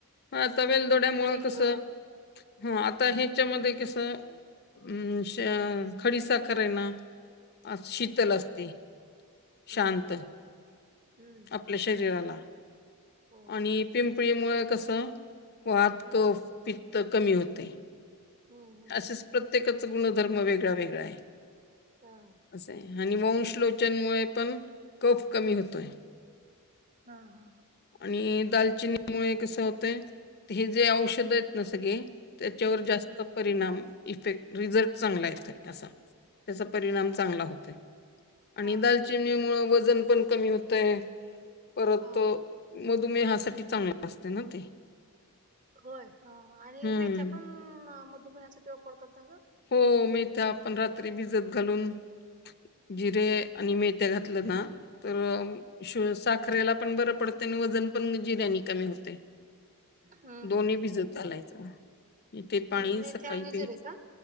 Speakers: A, on the left; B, on the right.
A: हा तवेल दोड्यामुळ
B: हिंग
A: कसं हा आता हे त्याच्यामध्ये कसं अ श खडीसाखर आहेना अस शीतल असते
B: हा
A: शांत
B: हा हम्म.
A: आपल्या शरीराला
B: हो
A: आणि पिंपळी मुळं कसं वाात,
B: हम्म
A: कफ, पित्त कमी होते.
B: हम्म हम्म
A: असेच
B: हम्म
A: प्रत्येकाचा गुणधर्म वेगळा वेगळा आहे.
B: हा.
A: असं आहे आणि वंशलोचनमुळे पण कफ कमी होतोय.
B: हा हा हा.
A: आणि दालचिनी मुळे कसं होतंय हे जे
B: हम्म
A: औषध आहेत ना सगळे त्याच्यावर जास्त
B: हम्म
A: परिणाम इफेक्ट रिझल्ट चांगला येतोय असा. त्याचा परिणाम
B: हा
A: चांगला
B: हा
A: होतोय आणि
B: हा
A: दालचिनी
B: हा हा.
A: मुळं वजन पण कमी होत तय हे परत
B: हा
A: तो मधुमेहासाठी चांगला असते ना ते.
B: होय आणि
A: हम्म.
B: मेथ्या पण मधुमेहासाठी वापरतात ना ग?
A: हो मेथ्या आपण रात्री भिजत घालून जिरे आणि मेथ्या घातलं ना तर अ शु साख रेला पण बरं पडते आणि वजन पण जिऱ्यानी कमी होते.
B: हम्म
A: दोन्ही
B: हम्म.
A: भिजत चालायचा ते
B: मेथी
A: पाणी सकाळी
B: आणि
A: पियाय
B: जिरे का